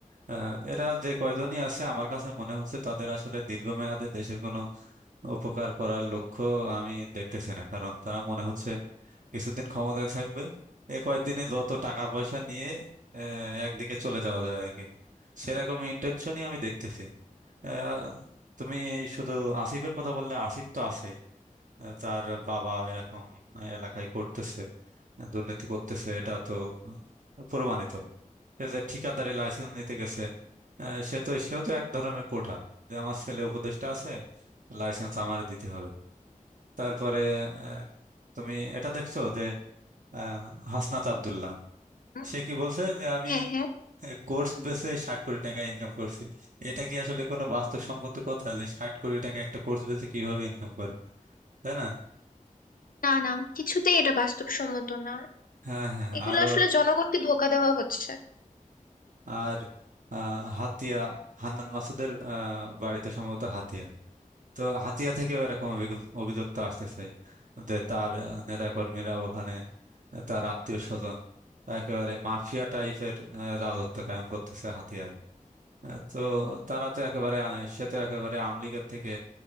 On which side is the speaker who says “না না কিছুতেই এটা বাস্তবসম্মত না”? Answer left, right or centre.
Left